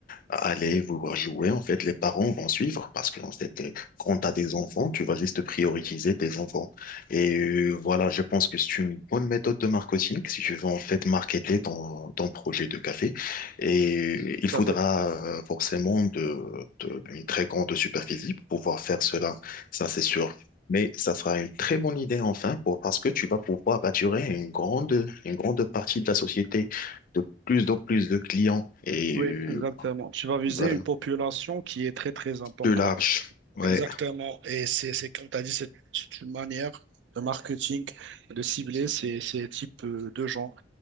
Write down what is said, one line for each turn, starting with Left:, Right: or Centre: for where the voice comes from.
Left: aller vouloir jouer, en fait, les parents vont suivre parce que, en fait, euh, quand tu as des enfants, tu vas juste prioriser tes enfants. Et euh, voilà, je pense que c'est une bonne méthode de marketing si tu veux, en fait, marketer ton, ton projet de café. Et euh, il faudra
Right: tout à fait.
Left: euh, forcément de, de- une très grande superficie pour pouvoir faire cela. Ça, c'est sûr. Mais ça sera une très bonne idée enfin pour, parce que tu vas pouvoir attirer une grande, une grande partie de la société de plus en plus de clients. Et
Right: Oui,
Left: euh,
Right: exactement. Tu vas viser
Left: voilà.
Right: une population qui est très, très importante
Left: Plus large. Ouais,
Right: Exactement. Et c'est, c'est comme tu as dit, c'est c'est une manière de marketing, de cibler ces, ces types euh, de gens.